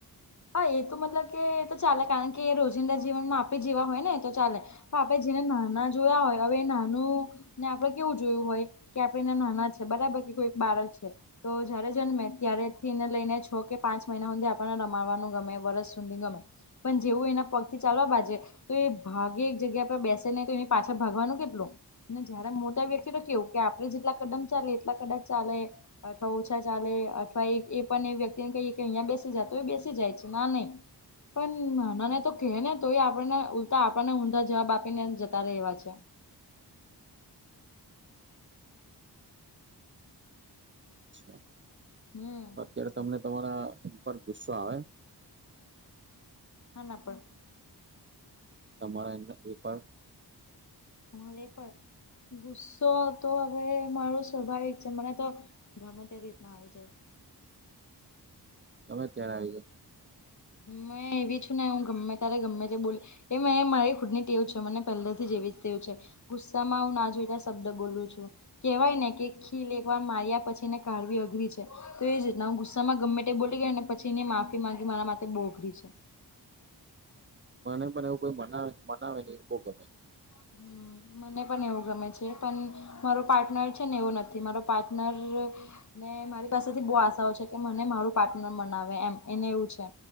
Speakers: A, on the left; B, on the right.
A: હા એ તો મતલબ કે તો ચાલે કારણ કે રોજિંદા જીવનમાં આપી જેવા હોય ને એ તો ચાલે પાપે જેને નાના જોયા હોય હવે નાનું ને આપડે કેવું જોયું હોય કે આપડે એના નાના છે બરાબર કે કોઈ બાળક છે તો જયારે જન્મે ત્યારે થીને લઈને છ કે પાંચ મહિના સુધી આપને મારવાનું ગમે વરસ સુધી ગમે પણ જેવું એના પગ થી ચાલવા બાજે તો એ ભાગે એક જગ્યા પર બેસે ને તો એની પાછા ભાગવાનું કેટલું ને જ્યારે મોટા વ્યક્તિ તો કેવું કે આપડે જેટલા કદમ ચાલે એટલા કદા ચાલે અથવા ઓછા ચાલે અથવા એ પણ એ વ્યકતિને કહીએ કે અહિયા બેસી જતો એ બેસી જાય છે ના નહી પણ નાના ને તો કહે ને તોય આપણને ઉલતા આપણને ઊંધા જવાબ આપીને જતા રહે એવા છે
B: આ
A: હમ
B: તો અત્યારે
A: એટલે
B: તમને તમારા એમ પર ગુસ્સો આવે
A: હા ના પણ
B: તમારા અર એ પણ
A: હ લે પણ ગુસ્સો તો હવે મારો સ્વાભાવિક છે મને તો ગમે તે રીતના આવી જાય
B: ખબર અત્યારે આવી જાય
A: મે એવી છું ને હું ગમે તારે ગમે તે બોલી એ મેં મારી ખુદ ની ટેવું છે મને પહેલાથી જેવી જ તેું છે ગુસ્સામાં હું ના જોઈતા શબ્દ બોલું છું કેહેવાય ને કે ખીલ એકવાર માર્યા પછી ને કાઢવી અઘરી છે તો એ જ રતના હું ગુસ્સામાં ગમે તે બોલી ગયો અને પછી એને માફી ગ મારા માટે બોગરી છું
B: મને પણ એવું કોઈ મનાવે મનાવે નહી બહુ ગમે
A: હમ મને પણ એવું ગમે છે પણ મારો પાર્ટનર છે ને એવો નથી મારો પાર્ટનર મે મારી પાસેથી બહુ આશાઓ છે કે મને મારું પાર્ટનર મનાવે એમ એને એવું છે